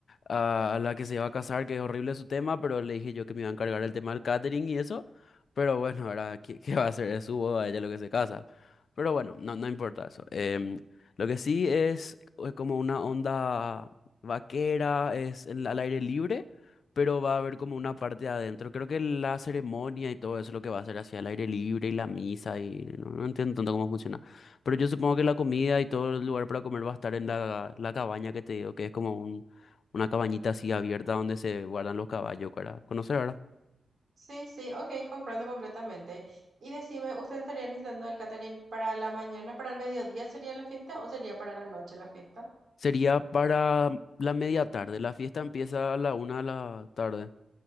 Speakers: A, on the left; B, on the right.
A: a, a la que se iba a casar, que es horrible su tema, pero le dije yo que me iba a encargar el tema del catering y eso. Pero bueno, ahora, ¿qué, qué va a hacer? Es su boda, ella lo que se casa. Pero bueno, no, no importa eso. Em, lo que sí es eh, como una onda vaquera, es en- al aire libre, pero va a haber como una parte adentro. Creo que la ceremonia y todo eso es lo que va a ser hacia el aire libre y la misa y no, no entiendo tanto cómo funciona. Pero yo supongo que la comida y todo el lugar para comer va a estar en la, la cabaña que te digo, que es como una cabañita así abierta donde se guardan los caballos para conocer, ¿verdad?
B: Sí, sí, ok, comprendo completamente. Y decime, ¿ustedes estarían necesitando el catering para la mañana, para el mediodía sería la fiesta o sería para la noche la fiesta?
A: Sería para mm, la media tarde. La fiesta empieza a la una de la tarde.